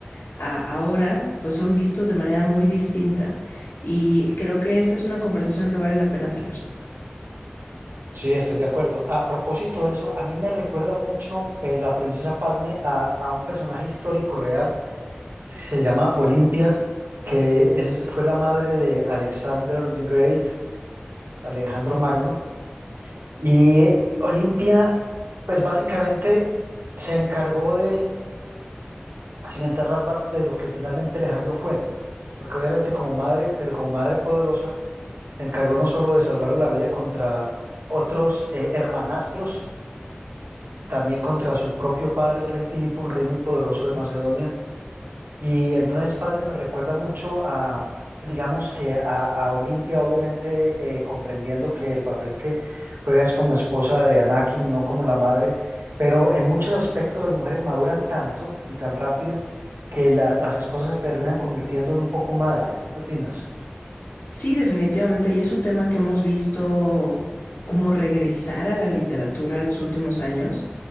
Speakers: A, on the left; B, on the right.
A: a ahora, pues son vistos de manera muy distinta. Y creo que esa es una conversación que vale la pena tener.
B: Sí, estoy de acuerdo. A propósito de eso, a mí me recuerda mucho eh, la princesa Padme a, a un personaje histórico real, se llama Olimpia, que es, fue la madre de Alexander the Great, Alejandro Magno. Y eh, Olimpia, pues básicamente se encargó de cimentar las bases de lo que finalmente Alejandro fue, porque obviamente como madre, pero como madre poderosa, Se encargó no solo de salvar la vida contra otros eh, hermanastros, también contra su propio padre, el rey Filipo, un rey muy poderoso de Macedonia. Y entonces, padre, me recuerda mucho a, digamos que a, a Olimpia, obviamente eh, comprendiendo que el papel que juega es como esposa de Anakin, no como la madre, pero en muchos aspectos las mujeres maduran tanto y tan rápido que la- las esposas se terminan convirtiendo en un poco madres. ¿Tú qué opinas?
A: Sí, definitivamente. Y es un tema que hemos visto como regresar a la literatura en los últimos años.